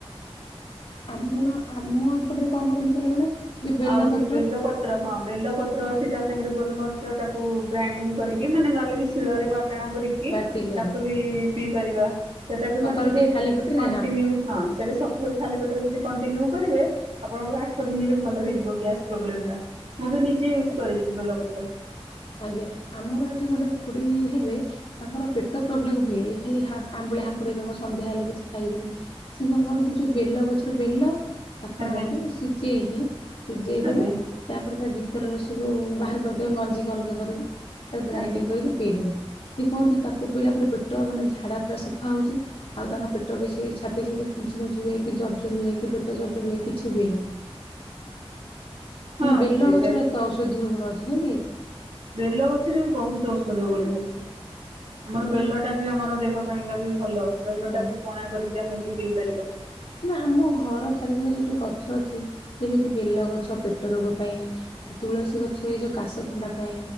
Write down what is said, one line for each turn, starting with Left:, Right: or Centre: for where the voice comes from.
Left: ଆପଣ ଆମ ଏପଟରେ କଣ କରନ୍ତୁ କହିଲେ ମ୍ୟାଡ଼ାମ? ଯୋଉ ବେଲପତ୍ର
Right: ଆହୁରିି ବେଲପତ୍ର ହଁ ବେଲପତ୍ର ସେ ତା ସାଙ୍ଗରେ ଗୋଲମର୍ଚ ତାକୁ ଗ୍ରାଇଣ୍ଡିଙ୍ଗ କରିକି ମାନେ ନହେଲେ ବି ଶିଳରେ ବାଟଣା କରିକି କି
Left: ବାଟିକି
Right: ତାକୁ
Left: ଆଗେ
Right: ବି ପିଇ ପାରିବା, ସେଟା ବି
Left: ସକାଳୁ
Right: ମାନେ ଯଦି
Left: ଟିକେ ଖାଲି ପେଟରେ
Right: କଣ୍ଟିନ୍ୟୁ ହଁ ସେଠି ସକାଳୁ ଖାଲି ପେଟ ଯଦି କଣ୍ଟିନ୍ୟୁ କରିବେ ଆପଣଙ୍କର ଅଳ୍ପ ଦିନରେ ଭଲ ହେଇଯିବ ଗ୍ୟାସ୍ ପ୍ରୋବ୍ଲେମ ଟା, ମୁଁ ବି ନିଜେ ୟୁଜ୍ କରିଛି ବେଲପତ୍ର।
Left: ଆଜ୍ଞା ଆମର ଏଠି ଗୋଟେ ଖୁଡି ହେବେ ତାଙ୍କର ପେଟ ପ୍ରୋବ୍ଲେମ ହୁଏ ଖାଲି ଆମ୍ବଳି ହାକୁଡ଼ି ଦେବ ସନ୍ଧ୍ୟା ହେଲେ କିଛି ଖାଇବେନି। ସିଏ କଣ କରନ୍ତି ଯୋଉ ବେଲ ଗଛର ବେଲ ତାକୁ
Right: ଆଜ୍ଞା
Left: ଆଣନ୍ତି ସିଝେଇକି ସିଝେଇ ଦେବେ
Right: ଆଜ୍ଞା।
Left: ତାପରେ ତା ଭିତର ରସକୁ ବାହାର କରିଦେବେ ମଞ୍ଜିିକି ଅଲଗା କରିକି ତାକୁ ଗ୍ରାଇଣ୍ଡିଙ୍ଗ
Right: ଆଜ୍ଞା
Left: କରିକି ପିଇ ଦିଅନ୍ତି। ସିଏ କୁହନ୍ତି ତାକୁ ପିଲା ପରେ ପେଟ ମାନେ ଝାଡ଼ା ପୁରା ସଫା ହଉଛି। ଆଉ ତାଙ୍କ ପେଟ କିଛି ଛାତି ଯେମିତି ଖୁଞ୍ଚି ଖୁଞ୍ଚି ହଏ କି ଜର୍ଜ ହୁଏ କି ପେଟ ଜର୍ଜ
Right: ଆଜ୍ଞା
Left: ହୁଏ କିଛି ହୁଏନି।
Right: ହଁ
Left: ମାନେ ବେଲ
Right: ସେଇଟା
Left: ଗଛର ଏତେ ଔଷଧୀୟ ଗୁଣ ଅଛି ନା କି?
Right: ବେଲ ଗଛରେ ବି ବହୁତ ଔଷଧ ଗୁଣ ଅଛି। ଆମର
Left: ମାନେ
Right: ବେଲ
Left: ଆମ୍
Right: ଟା ବି ଆମର ଦେହ ପାଇଁକା ବି ଭଲ ବେଲ
Left: ହୁଁ
Right: ଟା ବି ପଣା କରିକି ଆମେ ବି ପିଇ ପାରିବା।
Left: ମ ଆମ ଘର ଚାରିପାଖରେ ଯୋଉ ଯୋଉ ଗଛ ଅଛି ଯେମିତି ବେଲଗଛ ପେଟ ରୋଗ ପାଇଁ ତୁଳସୀ ଗଛ ଏଇ ଯୋଉ କାଶ ଥଣ୍ଡା ପାଇଁ